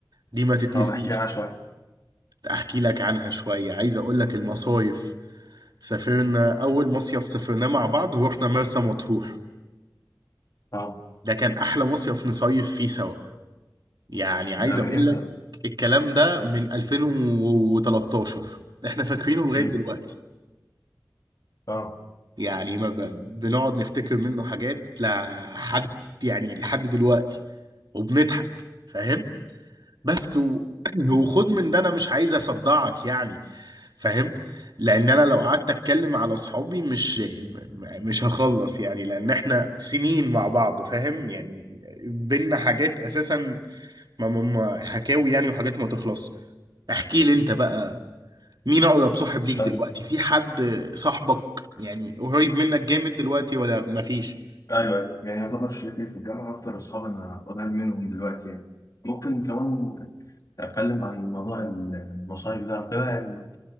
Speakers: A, on the right; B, on the left.
A: دي ما تتنسيش
B: طب احكي لي عنها شويه
A: أحكي لك عنها شوية عايز أقول لك المصايف سافرنا أول مصيف سافرناه مع بعض روحنا مرسى مطروح
B: اه
A: ده كان أحلى مصيف نصيف فيه سوا يعني عايز
B: ده من
A: أقول
B: امتى؟
A: لك الكلام ده من 2013 احنا فاكرينه لغاية
B: امم
A: دلوقتي
B: اه
A: يعني ما ب- بنقعد نفتكر منه حاجات لحد يعني لحد دلوقتي وبنضحك فاهم بس و... <clears throat> وخد من ده انا مش عايز اصدعك يعني فاهم لان انا لو قعدت اتكلم على اصحابي مش م- مش هخلص يعني لان احنا سنين مع بعض فاهم يعني بينا حاجات اساسا ما ما ما- حكاوي يعني وحاجات ما تخلص احكي لي انت بقى مين اقرب صاحب ليك دلوقتي
B: أنا-
A: في حد صاحبك يعني قريب منك جامد دلوقتي ولا مفيش
B: ايوه ايوه يعني يعتبر شلتي في الجامعه اكتر اصحاب انا قريب منهم دلوقتي يعني ممكن كمان اتكلم عن موضوع المصايف ده كده يعني